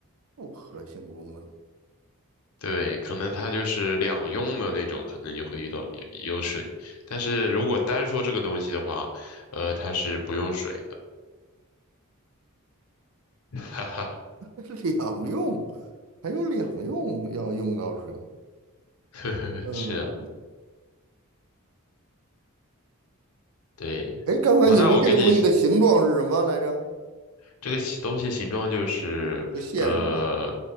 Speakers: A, on the right; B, on the left.
A: 复合性功能，
B: 对，可能它就是两用的那种，可能就会遇到有有水。但是如果单说这个东西的话，呃，它是不用水的。<laughs> 哈哈，
A: <laughs> 那是两用，还有两用要用到水。
B: <laughs> 呵呵，
A: 嗯，
B: 是啊，对，
A: 哎，刚才你说这个东西的形状是什么来着？
B: 我大我给你这个形东西形状就是，
A: 不不线是吧？
B: 呃，